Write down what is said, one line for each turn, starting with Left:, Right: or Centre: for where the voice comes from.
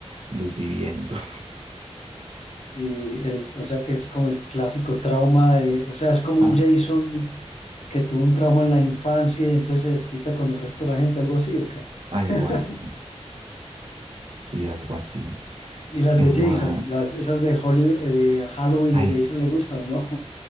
Right: desviviendo, <laughs>
Left: Y el, o sea que es como el clásico trauma de, o sea, es como
Right: Ah,
Left: un Jason que tuvo un trauma en la infancia y entonces se desquita con el resto de la gente, algo así, ¿o qué?
Right: algo
Left: <laughs>
Right: así, sí, algo así.
Left: Y las
Right: que
Left: de
Right: más?
Left: Jason, las, esas de Hollywood, eh, de Halloween
Right: Ay,
Left: de Jason le gustan, ¿no?